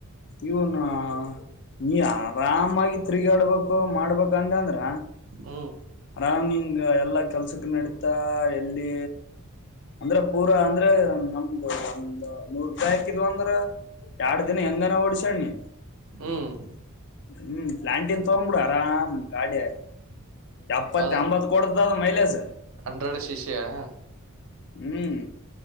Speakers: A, on the left; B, on the right.
A: ಇವನಾ <unintelligible> ನೀ ಆರಾಮಾಗಿ ತಿರುಗಾಡ್ಬೇಕು. ಮಾಡ್ಬೇಕ ಅಂತದ್ರ
B: ಹ್ಮ್
A: ನಾವ ನಿಂಗ ಎಲ್ಲ ಕೆಲ್ಸಕ್ಕೆ ನಡತದ ಎಲ್ಲಿ ಅಂದ್ರಪೂರ ಅಂದ್ರೆ ನ ಒಂದ ನೂರ್ ರೂಪಾಯಿ ಹಾಕಿದ್ ಅಂದ್ರ ಎರಡ್ ದಿನ ಹೆಂಗನ ಓಡ್ಸನಿ.
B: ಹ್ಮ <inaudible>
A: ಹ್ಮ್, ಪ್ಲಾಂಟಿನ್ ತಗೋಗ್ಂಬಿಡ ಆರಾಮ ಗಾಡಿ ಎಪ್ಪತ್ತ
B: ಯಾವ್ದು
A: ಎಂಬತ್ ಕೊಡದದ ಮೈಲಸ
B: ಹಂಡ್ರೆಡ್ ಶಿಶಿಯಾ
A: ಹ್ಮ್